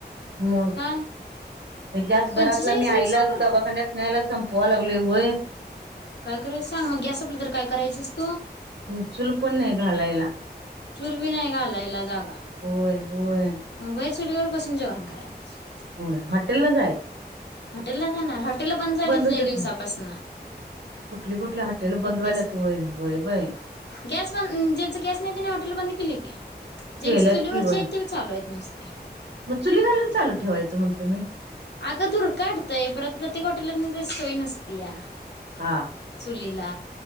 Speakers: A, on the right; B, on the left.
A: मग,,
B: काय
A: हे गॅस घरातलं
B: पंचेचाळीस
A: मी
B: दिवसान?
A: आईला गण्यात न्यायला संपवा लागलोय वय
B: काय करायचं सांग, मग गॅस सपला तर काय करायचीस तू?
A: मु चूल पण नाही घालायला.
B: चुल बी नाही घालायला जागा.
A: होय होय.
B: व्हय चुलीवर बसून जेवाण करायच
A: व्हय, हॉटेल ला जाया
B: हाटेलला जाणार, हॉटेलं बंद झालीत
A: होतेच
B: लई दिवसापासनं
A: कुठली कुठली हॉटेल बंद वायल्यात,
B: गॅस नाही
A: वय वय बाई.
B: गॅस ब ज्यांच गॅस नाही. त्याने हॉटेल बंद केली की,, जांच
A: केल्यात
B: चुलीवरची
A: कि होय
B: हायत ती चालू आहेत नुसती.
A: मग चुली घालून चालू ठेवायंच म्हणतो मी.
B: अगं धूर काटतय, परत प्रत्येक हॉटेलात तनी सोय नसत्या
A: हा
B: चुलीला,,,